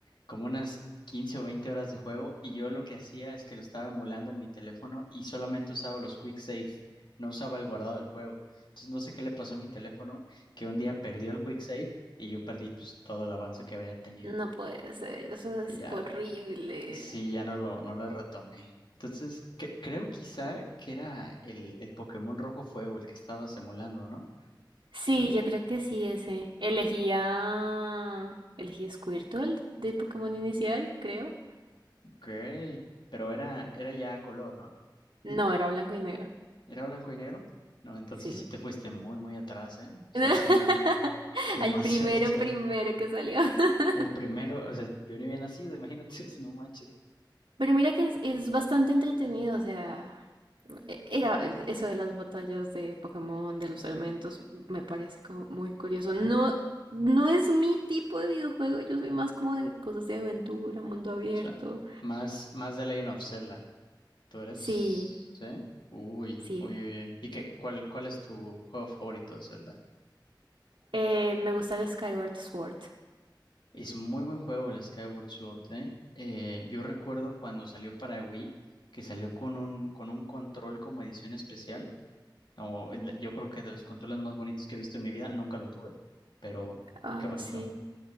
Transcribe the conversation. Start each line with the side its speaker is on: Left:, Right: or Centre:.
Left: como unas 15 o 20 horas de juego y yo lo que hacía es que lo estaba emulando en mi teléfono y solamente usaba los quick save, no usaba el guardado del juego. Entonces no sé qué le pasó a mi teléfono, que un día perdió el quick save y yo perdí pues todo el avance que había tenido.
Right: no puede ser, eso es
Left: Y ya
Right: horrible.
Left: Sí, ya no lo, no lo retomé. Entonces, que- creo quizá que era el, el Pokémon Rojo Fuego el que estaba simulando, ¿no?
Right: Sí, yo creo que sí, ese. Elegía... Elegí a Squirtle de Pokémon inicial, creo.
Left: Ok, pero era, era ya a color, ¿no?
Right: No, era blanco y negro.
Left: ¿Era blanco y negro? No, entonces
Right: Sí.
Left: sí te fuiste muy, muy atrás, ¿eh? O sea,
Right: <laughs>
Left: sí, demasiado
Right: Al primero,
Left: <laughs> atrás.
Right: primero que salió. <laughs>
Left: El primero, o sea, yo ni había nacido, imagínate, <laughs> no manches. O
Right: Pero mira que es, es bastante entretenido, o sea, e- era eso de las batallas de Pokémon, de los elementos, me parece como muy curioso. No, no es mi tipo de videojuego, yo soy más como de cosas de aventura, mundo abierto.
Left: sea, más, más de Legend of Zelda. ¿Tú eres?
Right: Sí,
Left: ¿Sí? Uy,
Right: sí.
Left: uy, uy, uy. ¿Y qué, cuál, cuál es tu juego favorito de Zelda?
Right: Eh, me gusta el Skyward Sword.
Left: Es muy buen juego el Skyward Sword, ¿eh? Eh, yo recuerdo cuando salió para Wii, que salió con un, con un control como edición especial. No, el- yo creo que de los controles más bonitos que he visto en mi vida, nunca lo tuve, pero
Right: Ah,
Left: qué bonito.
Right: sí.